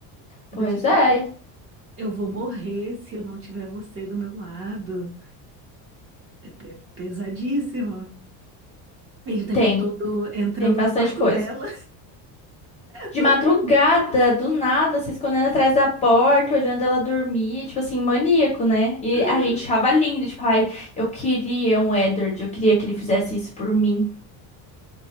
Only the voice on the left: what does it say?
Pois
é,
tem,
tem bastante
coisa.
De madrugada, do nada, se escondendo atrás da porta, olhando ela dormir, tipo assim, maníaco, né? E
a gente achava lindo, tipo, ai, eu queria um Edward, eu queria que ele fizesse isso por mim.